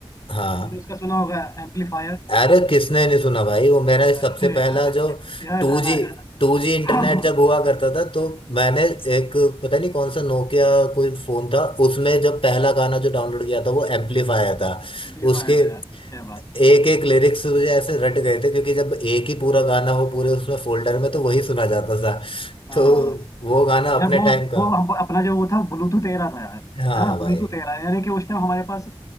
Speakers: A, on the left; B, on the left.
A: हाँ
B: तुमने उसका सुना होगा एम्पलीफायर
A: अरे किसने नहीं सुना भाई वो मेरा सबसे
B: अरे
A: पहला
B: यार
A: जो
B: क्या
A: two
B: गाना
A: G
B: है यार
A: two G internet
B: <clears throat>
A: जब हुआ करता था तो मैंने एक पता नहीं कौन सा नोकिया कोई फोन था उसमें जब पहला गाना जो डाउनलोड किया था वो एम्पलीफायर था
B: एम्पलीफायर
A: उसके
B: था यार क्या बात
A: एक एक लिरिक्स मुझे ऐसे रट गए थे क्योंकि जब एक ही पूरा गाना हो पूरे उसमें फोल्डर में तो वही सुना जाता था
B: है।
A: तो
B: हाँ
A: वो गाना अपने
B: यार वो
A: टाइम का
B: वो हम अपना जो वो था ब्लूटूथ 13 था यार
A: हाँ
B: है ना
A: भाई
B: ब्लूटूथ 13 यानी कि उस टाइम हमारे पास